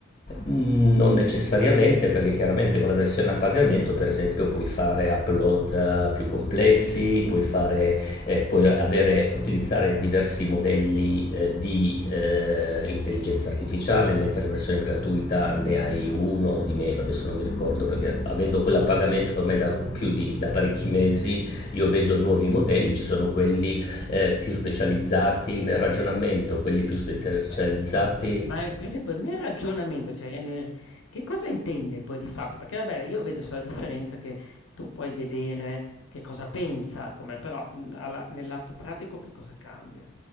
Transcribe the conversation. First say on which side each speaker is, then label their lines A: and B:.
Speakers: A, on the left (about 40°); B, on the left (about 75°).
A: Mm, Non necessariamente, perché chiaramente con la versione a pagamento, per esempio, puoi fare upload eh, più complessi, puoi fare, eh, puoi avere- utilizzare diversi modelli eh, di eh, intelligenza artificiale, mentre la versione gratuita ne hai uno o di meno, adesso non mi ricordo, perché avendo quella a pagamento ormai da più di da parecchi mesi, io vedo nuovi modelli, ci sono quelli eh, più specializzati nel ragionamento, quelli più specializzati
B: Ma o ma eh, per esempio nel ragionamento, cioè nel che cosa intende poi di fatto? Perché vabbè io vedo sulla differenza che tu puoi vedere che cosa pensa, come però, mhmm, alla nel lato pratico che cosa cambia?